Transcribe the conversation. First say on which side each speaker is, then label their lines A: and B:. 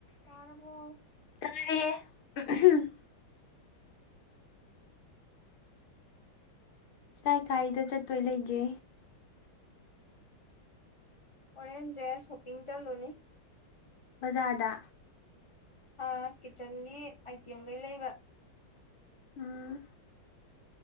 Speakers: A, on the left; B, on the left.
A: ꯇꯥꯔꯕꯣ
B: ꯇꯜꯂꯦ ꯑꯍꯝ ꯀꯥꯏ ꯀꯥꯏꯗ ꯆꯠꯇꯣꯏ ꯂꯩꯒꯦ
A: ꯍꯣꯔꯦꯟꯖꯦ ꯁꯣꯄꯤꯡ ꯆꯠꯂꯨꯅꯤ
B: ꯕꯖꯥꯔꯗ
A: ꯑꯥ ꯀꯤꯠꯆꯟꯒꯤ ꯑꯥꯏꯇꯦꯝꯒꯩ ꯂꯩꯕ
B: ꯎꯝ